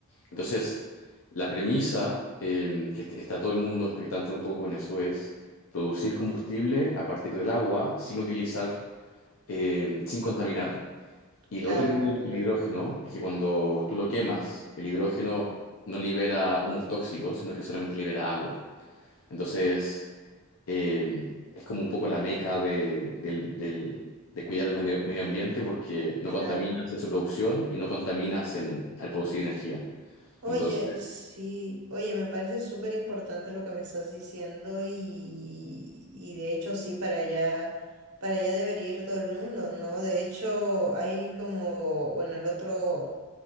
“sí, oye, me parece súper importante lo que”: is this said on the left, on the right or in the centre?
Right